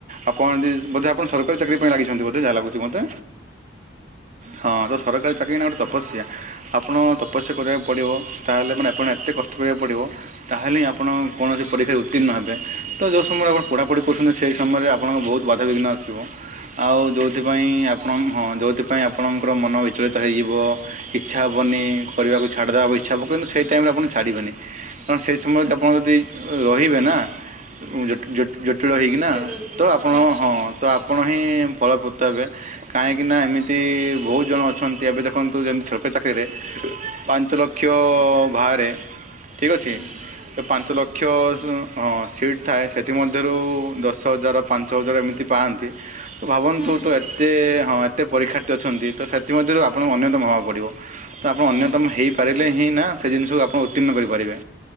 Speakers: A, on the right (about 40°); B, in the centre.
A: ଆପଣ ଯଦି ବୋଧେ ଆପଣ ସରକାରୀ ଚାକିରି ଲାଗିଛନ୍ତି ବୋେ ଯାହା ଲାଗୁଛି ମତେ ହୁଁ ହଁ ତ ସରକାରୀ ଚାକିରି ନା ଗୋଟେ ତପସ୍ୟା। ଆପଣ ତପସ୍ୟା କରିବାକୁ ପଡ଼ିବ ତାହେଲେ ମାନେ ଆପଣଙ୍କୁ ଏତେ କଷ୍ଟ କରିବାକୁ ପଡ଼ିବ ତାହେଲେ ହିଁ ଆପଣ। କୌଣସି ପରୀକ୍ଷାରେ ଉତ୍ତୀର୍ଣ୍ଣ ହେବେ ତ ଯୋଉ ସମୟରେ ଆପଣ ପଢ଼ାପଢ଼ି କରୁଛନ୍ତି ସେହି ସମୟରେ ଆପଣଙ୍କ ବହୁତ ବାଧାବିଘ୍ନ ଆସିବ। ଆଉ ଯେଉଁଥିପାଇଁ ଆପଣ ହଁ ଯେଉଁଥିପାଇଁ ଆପଣଙ୍କର ମନ ବିଚଳିତ ହେଇଯିବ। ଇଚ୍ଛା ହେବନି କରିବାକୁ ଛାଦବାକୁ ଇଚ୍ଛା ହେବ କିନ୍ତୁ ସେଇ ଟାଇମରେ ଆପଣ ଛାଡ଼ିବେନି। କାରଣ ସେଇ ସମୟରେ ଆପଣ ଯଦି ରହିବେ ନା ଜୁ ଜୁ ଜୁଟିଳ ହେଇକିନା
B: ଧରିକି
A: ତ ଆପଣ
B: ହୁଁ
A: ହଁ ତ ଆପଣ ହିଁ ଫଳ ପ୍ର ତ ଏବେ କାହିଁକିନା ଏମିତି ବହୁତ ଜଣ ଅଛନ୍ତି ଏବେ ଦେଖନ୍ତୁ ଯେମିତି ଛୋରକ ଚାକିରିରେ। ପାଞ୍ଚ ଲକ କ୍ଷ
B: ହୁଁ
A: ବାହାରେ ଠିକ୍ ଅଛି
B: ହୁଁ
A: ପାଞ୍ଚ
B: ହୁଁ
A: ଲକ୍ଷ ହଁ ସିଟ୍ ଥାଏ ସେଥିମଧ୍ୟରୁ ଦଶ ହଜାର ପାଞ୍ଚ ହଜାର ଏମିତି ପାଆନ୍ତି। ତ ଭାବନ୍ତୁ
B: ହୁଁ
A: ତ ଏତେ ହଁ ଏତେ ପରୀକ୍ଷାର୍ଥୀ ଅଛନ୍ତି ତ ସେଥିମଧ୍ୟରୁ ଆପଣଙ୍କୁ ଅନ୍ୟତମ ହେବାକୁ ପଡ଼ିବ। ତ ଆପଣ
B: ହୁଁ
A: ଅନ୍ୟତମ ହେଇପାରି ଲେ ହିଁ ନା ସେ ଜିନିଷକୁ ଆପଣ ଉତ୍ତୀର୍ଣ କରିପାରିବେ।